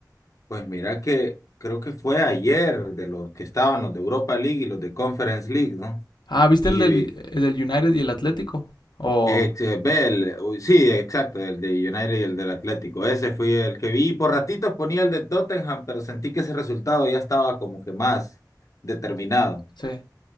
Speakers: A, on the left; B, on the left.
A: Pues mira que creo que fue ayer de los que estaban los de Europa League y los de Conference League, ¿no?
B: Ah, ¿viste
A: Y
B: el del, el del United y el Atlético? O,
A: ex, eh, ve el- uy, sí, exacto, el de United y el del Atlético. Ese fue el que vi. Y por ratitos ponía el de Tottenham, pero sentí que ese resultado ya estaba como que más determinado
B: sí.